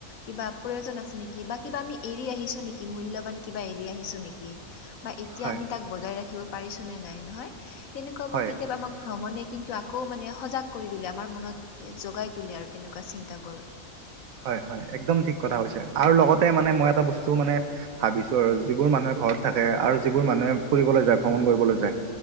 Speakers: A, on the left; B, on the right.
A: কিবা প্ৰয়োজন আছে নিকি বা কিবা আমি এৰি আহিছো নিকি মূল্যবান কিবা এৰি আহিছো নিকি বা এতিয়া
B: হয়
A: আমি তাক বজাই ৰাখিব পাৰিছো নে নাই নহয় তেনেকুৱা
B: হয়
A: বোৰ কেতিয়াবা আমাক ভ্ৰমণে কিন্তু আকৌ মানে সজাগ কৰি তোলে আমাৰ মনত জগাই তোলে আৰু তেনেকুৱা চিন্তাবোৰ
B: হয় হয় একদম ঠিক কথা কৈছে আৰু লগতে মানে মই এটা বস্তু মানে ভাবিছো আৰু যিবোৰ মানুহে ঘৰত থাকে আৰু যিবোৰ মানুহে ফুৰিবলৈ যায় ভ্ৰমণ কৰিবলৈ যায়